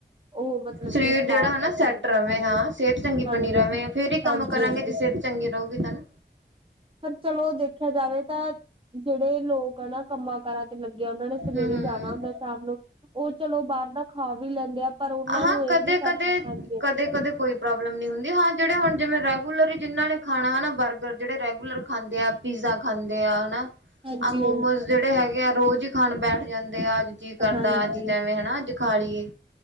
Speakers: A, on the right; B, on the right.
A: ਉਹ ਮਤਲਬ
B: ਸਰੀਰ
A: ਕਿ ਖਾ
B: ਜਿਹੜਾ
A: ਸਕਣ
B: ਹੈ ਨਾ ਸੈਟ ਰਹੇ।
A: ਹਾਂਜੀ
B: ਹਾਂ, ਸਿਹਤ ਚੰਗੀ
A: ਹਾਂਜੀ
B: ਬਣੀ ਰਹੇ, ਫੇਰ ਹੀ ਕੰਮ
A: ਹਾਂਜੀ
B: ਕਰਾਂਗੇ
A: ਹਾਂਜੀ
B: ਜੇ ਸ ਚੰਗੀ ਰਹੂਗੀ ਨਾਲੇ।
A: ਪਰ ਚਲੋ ਦੇਖਿਆ ਜਾਵੇ ਤਾਂ, ਜਿਹੜੇ ਲੋਕ ਆ ਨਾ ਕੰਮਾਂ ਕਾਰਾ ਤੇ ਲੱਗਿਆ। ਉਹਨਾਂ ਨੇ ਸਵੇਰੇ
B: ਹੂੰ ਹੂੰ
A: ਜਾਣਾ ਹੁੰਦਾ ਸ਼ਾਮ ਨੂੰ, ਉਹ ਚਲੋ ਬਾਹਰ ਦਾ ਖਾ ਵੀ ਲੈਂਦੇ ਆ। ਪਰ ਉਹਨਾਂ
B: ਹਾਂ,
A: ਨੂੰ ਇਹ
B: ਕਦੇ-
A: ਨੀ ਸਮ
B: ਕਦੇ,
A: ਹਾਂਜੀ
B: ਕਦੇ- ਕਦੇ ਕੋਈ ਪ੍ਰੋਬਲਮ ਨਹੀਂ ਹੁੰਦੀ ਹਾਂ ਜਿਹੜੇ ਹੁਣ ਜਿਵੇਂ ਰੈਗੂਲਰ ਜਿਨਾਂ ਨੇ ਖਾਣਾ। ਹਨਾ ਬਰਗਰ ਜਿਹੜੇ ਰੈਗੂਲਰ ਖਾਂਦੇ ਆ, ਪੀਜ਼ਾ ਖਾਂਦੇ ਆ, ਹਨਾ।
A: ਹਾਂਜੀ
B: ਆ ਮੋ
A: ਹਾਂਜੀ
B: ਮੋਸ ਜਿਹੜੇ ਹੈਗੇ ਆ। ਰੋਜ਼ ਹੀ ਖਾਣ ਬੈਠ ਜਾਂਦੇ ਆ। ਅੱਜ ਜੀ ਕਰਦਾ
A: ਹਾਂਜੀ
B: ਅੱਜ ਜਵੇਂ,
A: ਹਾਂਜੀ
B: ਹਨਾ ਖਾ ਲੀਏ।